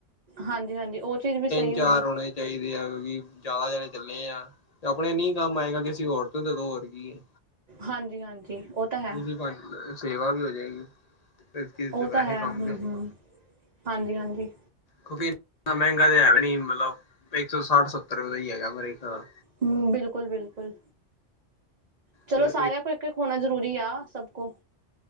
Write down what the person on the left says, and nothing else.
ਚਾਰ
ਹੋਣੇ ਚਾਹੀਦੇ ਆ ਕੀ ਜ਼ਿਆਦਾ ਜਾਣੇ ਚੱਲੇ ਆਂ, ਤਾਂ ਆਪਣੇ ਨਹੀਂ ਕੰਮ ਆਏਗਾ ਕਿਸੇ ਹੋਰ ਤੋਂ ਦੇਦੋ ਹੋਰ ਕੀ ਏ।
ਇਸੇ ਬਹਾਨੇ ਅ ਸੇਵਾ ਵੀ ਹੋ ਜਾਏਗੀ। ਤੇ ਕਿਸੇ
ਦੇ
ਵੈਸੇ
ਕੰਮ
ਵੀ ਹੋ ਜਾਏ
ਕਿਉਂਕਿ ਇੰਨਾ ਮਹਿੰਗਾ ਤਾਂ ਹੈ ਵੀ ਨਹੀਂ, ਮਤਲਬ ਇੱਕ ਸੌ ਸੱਠ-ਸੱਤਰ ਰੁਪਏ ਦਾ ਹੀ ਹੈਗਾ ਮੇਰੇ ਖ਼ਿਆਲ।
ਤੇ